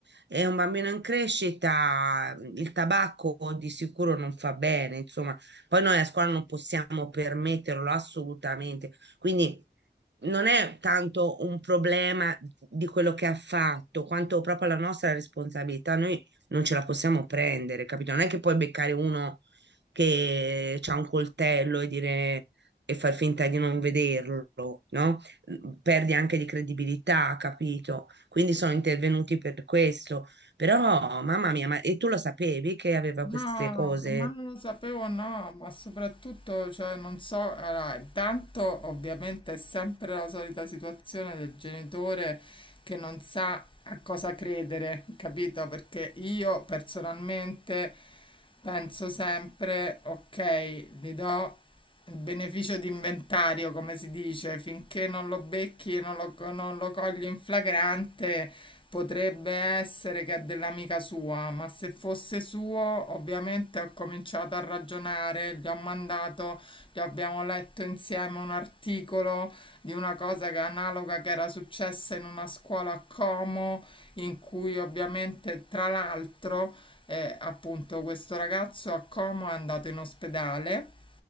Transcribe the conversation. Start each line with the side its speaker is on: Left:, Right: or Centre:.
Right: E un bambino in crescita mm, il tabacco di sicuro non fa bene, insomma, poi noi a scuola non possiamo permetterlo assolutamente, quindi non è tanto un problema di quello che ha fatto, quanto proprio la nostra responsabilità. Noi non ce la possiamo prendere, capito? Non è che puoi beccare uno che ha un coltello e dire e far finta di non vederlo, no? Perdi anche di credibilità, capito? Quindi sono intervenuti per questo. Però, mamma mia, ma e tu lo sapevi che aveva
Left: No,
Right: queste cose?
Left: ma non lo sapevo, no, ma soprattutto, cioè, non so, allora, intanto ovviamente è sempre la solita situazione del genitore che non sa a cosa credere, capito? Perché io personalmente penso sempre, ok, gli do il beneficio di inventario, come si dice, finché non lo becchi, non lo, non lo cogli in flagrante. Potrebbe essere che è dell'amica sua, ma se fosse suo, ovviamente ho cominciato a ragionare, gli ho mandato, gli abbiamo letto insieme un articolo di una cosa che è analoga che era successa in una scuola a Como, in cui ovviamente tra l'altro eh, appunto questo ragazzo a Como è andato in ospedale